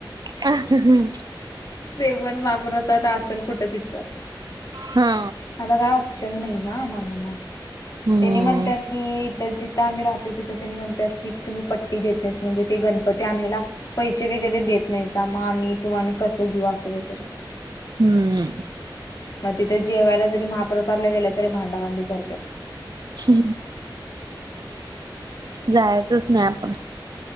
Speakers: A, on the right; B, on the left.
A: ह ह ह.
B: ते पण वापरस आत असेल कुठं तिथं.
A: हा.
B: आता काही ऑप्शन नाही ना. म्हण आणि मग
A: हम्म
B: त्यांनी म्हणतात की इथं जिथं आम्ही राहतो तिथ. म्हणतात की तुम्ही पट्टी देत नाही म्हणजे ते गणपती आणायला पैसे वगैरे देत नाही. मग आम्ही तुम्हा कसं घेऊ असं वगैरे.
A: हम्म
B: मग तिथे जेवायला जरी महाप्रसादला गेल्या तरी भांडाभांडी करतात
A: ह जायचंच नाही आपण.